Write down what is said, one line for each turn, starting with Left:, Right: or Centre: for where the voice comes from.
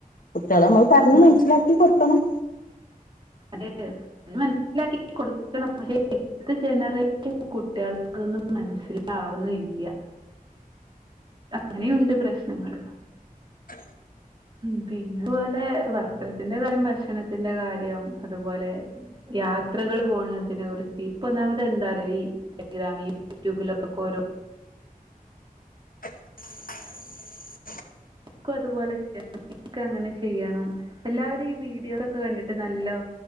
Left: കുട്ട്യേളെ നമ്മൾ പറഞ്ഞ്
Right: ഉം
Left: മനസ്സിലാക്കി കൊടുക്കണം.
Right: അതെ പറഞ്ഞ് മനസ്സിലാക്കി കൊടുക്കണം പക്ഷെ ഇപ്പത്തെ ജനറേഷൻ കു കുട്ട്യേൾക്കതൊന്നും മനസ്സിലാവൊന്നും ഇല്ല്യ. അങ്ങനെയുണ്ട് പ്രശ് നങ്ങൾ.
Left: ശ <inaudible>
Right: ഉം പിന്നെ അതുപോലെ വസ്ത്രത്തിന്റെ കാര്യം ഭക്ഷണത്തിന്റെ കാര്യം അതുപോലെ യാത്രകൾ പോണതിനെ കുറിച്ച്. ഇപ്പൊ ഒന്നാമത് എന്താറിയോ ഈ ഇൻറ്റഗ്രാം യൂട്യൂബിലൊക്കെ ഓരോ
Left: <inaudible>
Right: ക്കും അതുപോലെ ചെയണം ഇൻക്കങ്ങനെ ചെയ്യണം എല്ലാവരും ഈ വീഡിയോ ഒക്കെ കണ്ടിട്ട് നല്ലോ